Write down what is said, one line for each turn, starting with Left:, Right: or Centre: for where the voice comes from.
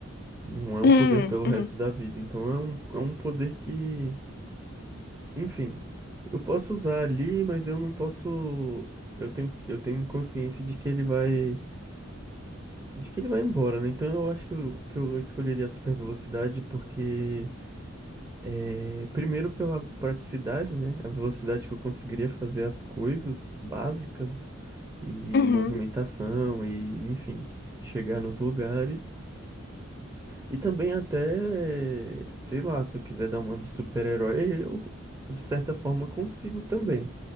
Right: Não é um
Left: Uhum.
Right: poder pelo resto
Left: Uhum.
Right: da vida. Então é um, é um poder que, enfim, eu posso usar ali, mas eu não posso. Eu tenho, eu tenho consciência de que ele vai, de que ele vai embora, né? Então eu acho que eu, que eu escolheria a super velocidade porque, é, primeiro pela praticidade, né? A velocidade que eu conseguiria fazer as coisas básicas e
Left: Uhum.
Right: movimentação e, enfim, chegar nos lugares. E também até, sei lá, se eu quiser dar uma de super-herói, eu de certa forma consigo também.